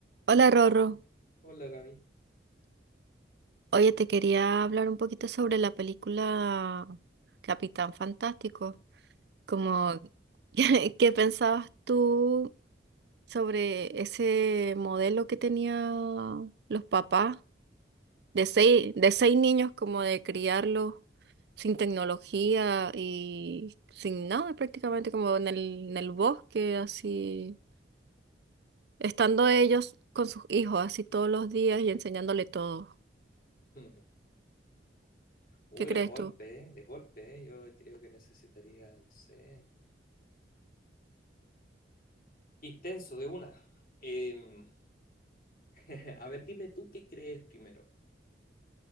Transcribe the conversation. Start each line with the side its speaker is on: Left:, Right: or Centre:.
Right: Hola Rorro,
Left: Hola, Gaby.
Right: oye, te quería hablar un poquito sobre la película Capitán Fantástico. Como, <laughs> ¿qué qué pensabas tú sobre ese modelo que tenían los papás de seis, de seis niños, como de criarlos sin tecnología y sin nada, prácticamente como en el, en el bosque, así, estando ellos con sus hijos así todos los días y enseñándole todo?
Left: <laughs> Uy,
Right: ¿Qué crees
Left: de golpe,
Right: tú?
Left: ¿eh? De golpe, ¿eh? Yo creo que necesitaría, no sé. Intenso, de una. Em, <laughs> a ver, dime tú qué crees primero.